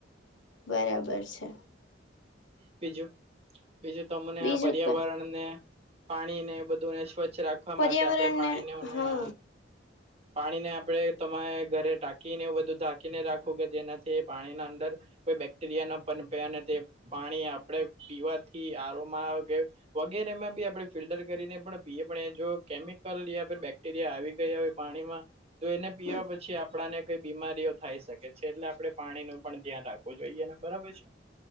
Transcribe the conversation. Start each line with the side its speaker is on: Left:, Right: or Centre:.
Left: બરાબર છે.
Right: બીજું બીજું તમને
Left: બીજું
Right: આ પર્યાવરણને.
Left: ક
Right: પાણીને એ બધુંને સ્વચ્છ રાખવા
Left: પર્યાવરણને
Right: માટે આપણે પાણીનેને
Left: હા
Right: આ પાણી ને આપડે તમારે ઘરે ટાકીને એવું બધું ઢાંકી ને રાખું કે જેનાથી પાણીના અંદર કોઈ બેક્ટેરિયા ના પન પે અને તે પાણી આપણે પીવાથી આરોમાં. <unintelligible> વગેરે એમાં બી આપણે ફિલ્ટર કરીને પણી જો કેમિકલ બાક રિયા આવી ગયા હોય પાણીમાં તો એને પીવા
Left: હમ
Right: પછી આપણાને કઈ બીમારીઓ થાય શકે છે એટલે આપડણે પાણી નું પણ ધ્યાન રાખવું જોઈએ ને બરાબર છે.